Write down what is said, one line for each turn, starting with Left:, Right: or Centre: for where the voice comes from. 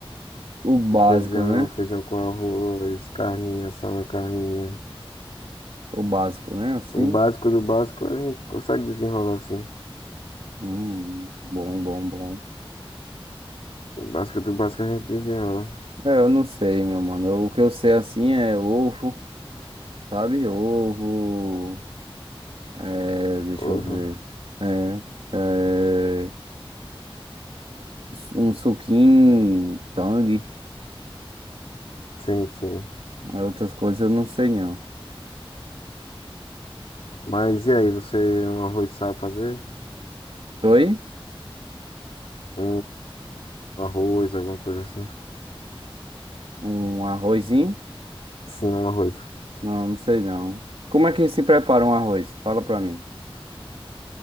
Right: O básico,
Left: feijão,
Right: né?
Left: feijão com arroz, carninha, só uma carninha.
Right: O básico, né? Assim.
Left: O básico do básico a gente consegue desenrolar assim.
Right: Hum, bom, bom, bom.
Left: O básico do básico a gente desenrola.
Right: É, eu não sei, meu mano. Eu- O que eu sei assim é ovo, sabe? Ovo. É, deixa
Left: Ovo.
Right: eu ver. É, é, um suquinho, tangue.
Left: Sim, sim.
Right: Aí Outras coisas eu não sei não.
Left: Mas e aí, você um arroz sabe fazer?
Right: Oi?
Left: Um arroz, alguma coisa assim?
Right: Um arrozinho?
Left: Sim, um arroz.
Right: Não, não sei não. Como é que se prepara um arroz? Fala pra mim.